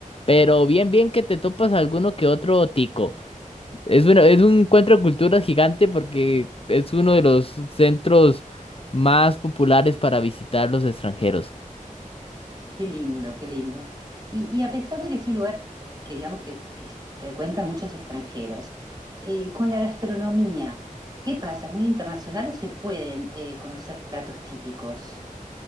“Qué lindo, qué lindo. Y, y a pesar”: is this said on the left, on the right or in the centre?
Right